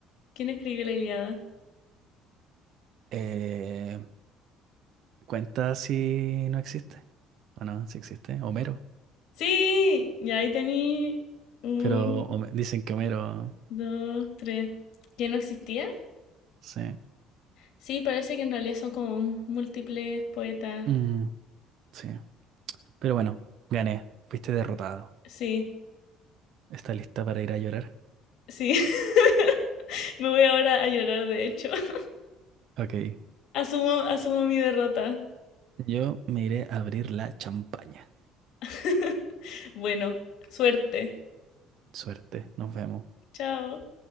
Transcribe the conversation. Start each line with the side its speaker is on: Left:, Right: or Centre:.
Left: ¿Quién escribió la Ilíada?
Right: Eh, cuenta si no existe. O no, si existe. Homero.
Left: Sí, y ahí tení un,
Right: Pero Home- dicen que Homero.
Left: dos, tres. ¿Quién no existía?
Right: Sí.
Left: Sí, parece que en realidad son como múltiples poetas.
Right: Mm, sí. Pero bueno, gané. Fuiste derrotado.
Left: Sí,
Right: ¿Está lista para ir a llorar?
Left: sí, <laughs> me voy ahora a llorar de hecho. <laughs>
Right: Ok.
Left: Asumo, asumo mi derrota.
Right: Yo me iré a abrir la champaña.
Left: <laughs> Bueno, suerte.
Right: Suerte, nos vemos.
Left: Chao.